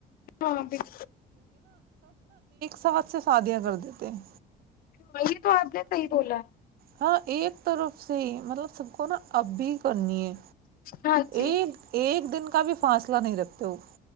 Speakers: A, on the left; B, on the right.
A: ہاں پ <inaudible>
B: سبچ سے شادیاں کر دیتے ہیں
A: وہی تو آپ نے صحی بولا
B: ہاں ایک طرف سے ہی مطلب سب کو نا اب بھی کرنی ہے
A: ہاں جی
B: ایک ایک دن کا بھی <unintelligible> فاصلہ نہیں رکھتے ہو